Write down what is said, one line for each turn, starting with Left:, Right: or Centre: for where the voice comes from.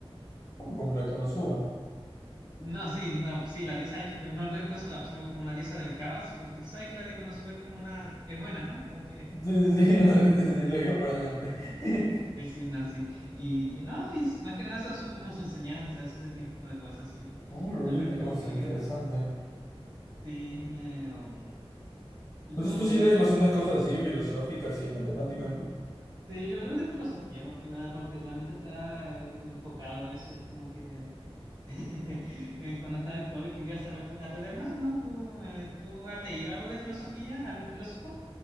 Left: Oh, como la Konosuba.
Right: No, sí, no, sí, la diosa Iris, pero no no de Konosuba, sino como una diosa del caos, porque tú sabes que la de Konosuba es como una, es buena, ¿no? Como que,
Left: Sí, sí, sí, <laughs> sí, sí, lo digo por el nombre.
Right: sí,
Left: <laughs>
Right: sí, no, sí. Y, y no, y es, más que nada son su, como sus enseñanzas, ese tipo de cosas, y
Left: Oh, lo
Right: también
Left: vi, en la-
Right: como
Left: oh,
Right: que,
Left: se ve interesante.
Right: sí, eh, um, y
Left: Entonces
Right: como
Left: tú
Right: te
Left: sí
Right: digo,
Left: lees
Right: yo,
Left: bastantes cosas así, filosóficas y matemáticas, ¿no?
Right: sí, yo leo de filosofía más que nada, porque realmente está eh, enfocado en eso, como que, <laughs> eh, cuando estaba en COVID quería saber, aprender más, ¿no? ¿Tú, eh, tú has leído algo de filosofía, algún filósofo?